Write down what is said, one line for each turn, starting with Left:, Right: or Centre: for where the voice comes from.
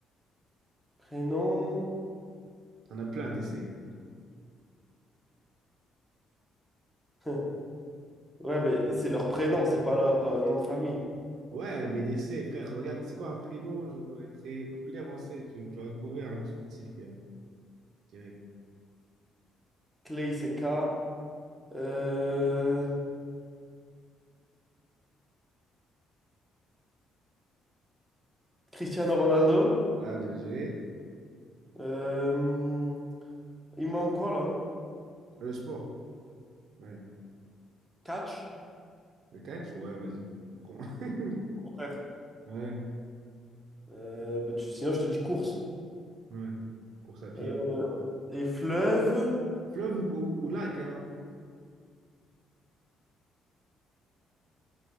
Centre: Prénom.
Right: T'en as plein des C.
Centre: <laughs> Ouais, mais c'est leur prénom, c'est pas leur euh, nom de famille.
Right: Ouais, mais des C, frère, regarde, c'est quoi un prénom genre, euh, très populaire en C? Tu, tu vas trouver un sportif qui a direct.
Centre: Clay, c'est K. Euh, Cristiano Ronaldo.
Right: Voilà, bien joué.
Centre: Euh, Il manque quoi là?
Right: Euh, le sport, ouais.
Centre: Catch.
Right: Le catch, ouais, vas-y, on prend. <laughs>
Centre: Ouais.
Right: Ouais,
Centre: Euh, bah, tu- Sinon, je te dis course.
Right: ouais. Course à pied.
Centre: Euh,
Right: ouais.
Centre: Et fleuve.
Right: Fleuve ou, ou- ou lac, hein?